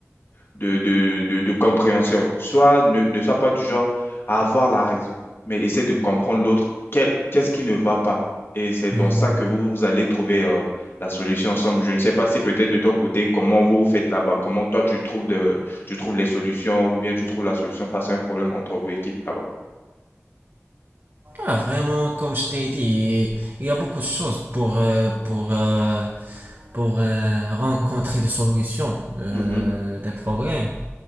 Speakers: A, on the left (about 50°); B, on the right (about 45°).
A: de, de, de, de compréhension. Soit ne, ne sois pas du genre à avoir la raison, mais essaie de comprendre l'autre. Quel, qu'est-ce qui ne va pas? Et c'est dans
B: Hmm.
A: ça que vous, vous allez trouver euh, la solution ensemble. Je ne sais pas si peut-être de ton côté, comment vous vous faites là-bas, comment toi tu trouves de, tu trouves les solutions ou bien tu trouves la solution face à un problème entre vos équipes là-bas.
B: Ah, vraiment, comme je t'ai dit, il y a beaucoup de choses pour, euh, pour, euh, pour euh, rencontrer des solutions, euh,
A: Mhm.
B: des problèmes.